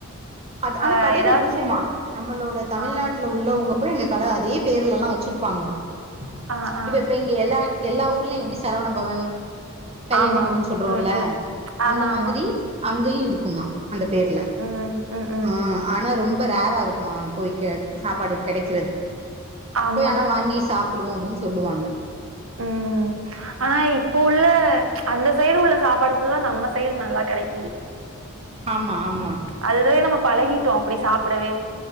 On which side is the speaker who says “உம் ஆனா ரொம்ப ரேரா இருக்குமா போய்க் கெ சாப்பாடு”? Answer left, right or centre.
Right